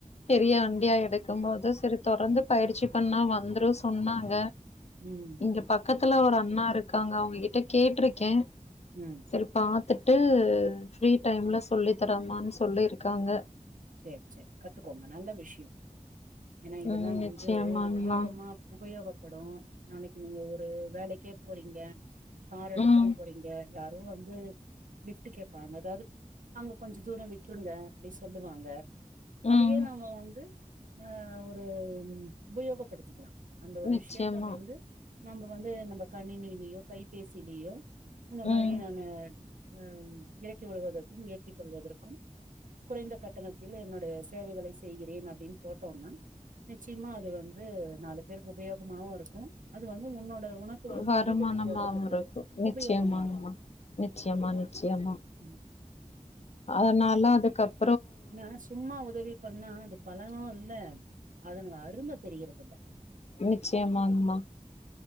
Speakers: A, on the left; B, on the right.
A: பெரிய வண்டியா எடுக்கும்போது செரி தொடர்ந்து பயிற்சி பண்ணா வந்த்ரு சொன்னாங்க
B: ம்
A: இங்க பக்கத்துல ஒரு அண்ணா இருக்காங்க அவங்ககிட்ட கேட்ருக்கே
B: ம்
A: செரி பாத்துட்டு ஃப்ரீ டைம்ல சொல்லி தரமான் சொல்லிருக்காங்க
B: சேர் ச்சரி கத்துக்கோங்க நல்ல விஷ்யோ ஏனா இதெல்லா
A: ம் நிச்சயமாங்மா
B: வந்து உபயோகமா உபயோகப்படோ நாளைக்கு நீங்க ஒரு வேலைக்கே போறீங்க கார் எடுத்துன்
A: ம்
B: போறீங்க யாரோ வந்து லிஃப்ட் கேப்பாங்க அதாது அங்க கொஞ்ச தூர விட்ருங்க அப்டி சொல் டுவாங்க அதையே
A: ம்
B: நாம வந்து ஆ ஒரும் உபயோகப்படுத்திக்கலா அந்த ஒரு
A: நிச்சயமா
B: விஷ்யத்த வந்து நம்ம வந்து நம்ம கணினிலியோ கைபேசிலியோ இந்த மாரி
A: ம்
B: நானு அம் எறக்கி விடுவதற்கும் ஏற்றி கொள்வதற்கும் குறைந்த கட்டணத்தில் என்னுடைய சேவைகளை செய்கிறேன் அப்டின் போட்டோன்னா நிச்சய்மா அது வந்து நாலு பேருக்கு உபயோகமாவு இருக்கு அது வந்து உன்னோட உனக்கு வந்து
A: வருமானமா
B: எரிபொருள் போடுறதுக்கு
A: ருக்கும் நிச்யம்மாங்மா
B: உபயோகமா இருக்கு
A: நிச்யமா நிச்யமா
B: ம்
A: அதனால அதுக்கப்
B: ஏன்னா சும்மா உதவி பண்ணா அது பழனம் இல்ல அதன் அரும தெரியற்தில்ல
A: நிச்யம்மாங்மா